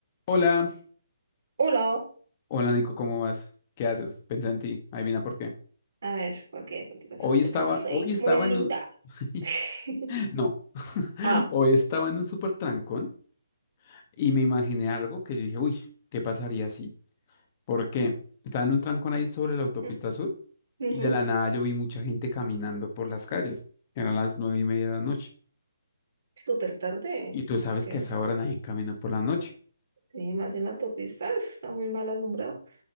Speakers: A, on the left (about 30°); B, on the right (about 55°).
A: Hola,
B: Hola.
A: hola Nico, ¿cómo vas? ¿Qué haces? Pensé en ti, adivina por qué.
B: A ver, ¿por qué? ¿Por qué pensaste?
A: Hoy
B: Porque
A: estaba,
B: soy
A: hoy estaba
B: muy linda.
A: en un... <laughs>
B: <laughs>
A: No, <laughs>
B: Ah,
A: hoy estaba en un súper trancón y me imaginé algo que yo dije, uy, ¿qué pasaría así? ¿Por qué? Estaba en un trancón ahí sobre la autopista
B: mm,
A: sur
B: ujú,
A: y de la nada yo vi mucha gente caminando por las calles. Eran las nueve y media de la noche.
B: Súper tarde.
A: Y tú sabes
B: ¿Qué?
A: que a esa hora nadie camina por la noche.
B: Sí, más en la autopista. Eso está muy mal alumbrado.